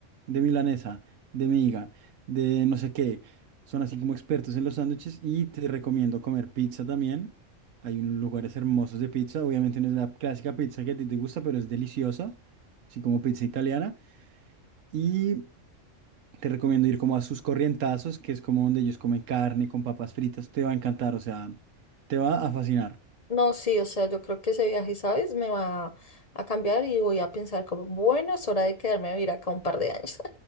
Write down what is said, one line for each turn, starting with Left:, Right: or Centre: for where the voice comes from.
Right: de milanesa, de miga, de no sé qué. Son así como expertos en los sándwiches y te recomiendo comer pizza también. Hay unos lugares hermosos de pizza. Obviamente no es la clásica pizza que a ti te gusta, pero es deliciosa así como pizza italiana. Y te recomiendo ir como a sus corrientazos, que es como donde ellos comen carne con papas fritas. Te va a encantar, o sea, te va a fascinar.
Left: no, sí, o sea, yo creo que ese viaje, ¿sabes? Me va a cambiar y voy a pensar como, bueno, es hora de quedarme a vivir acá un par de años. <laughs>